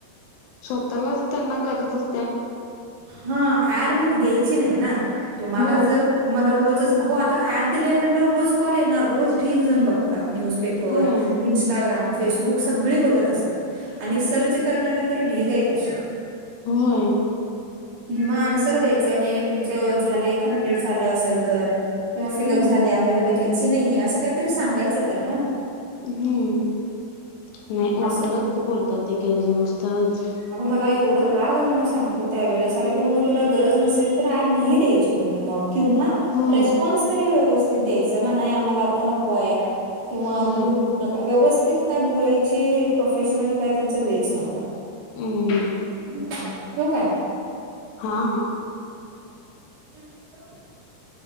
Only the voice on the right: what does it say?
हा ऍड मग द्यायची नाही ना तुम्हाला
जर मला रोज हो आता ऍड दिले म्हटल्यावर रोज कॉल येणार रोज ढीग जण बघतात न्यूजपेपर
इस् इस्टाग्राम, फेसबुक सगळे बघत असतात आणि सर्च करणारे तर ढीग आहेत असे
मग आन्सर द्यायच नाही तुमचं झालंय कमप्लीट झालं असेल तर किंवा फिलअप
झालय आम्हाला व्हेकन्सी नाहीये असं काहीतरी सांगायचं तर ना
असं
अगं मला एवढा राग आला ना सांगतो त्यावेेळेस अरे मग तुला गरज नसेल तर ऍड नाही द्यायची तुम्ही मग किंव्हा
रीस्पॉन्स तरी व्यवस्थित द्यायचं ना नाही आम्हाला आता नको आहे किंवा
तुम्ही कुठनं का व्यवस्थित काय बोलायची प्रोफेशनली काय त्यांचा वेच नव्हता
हम! ठेऊ काय?
<inaudible>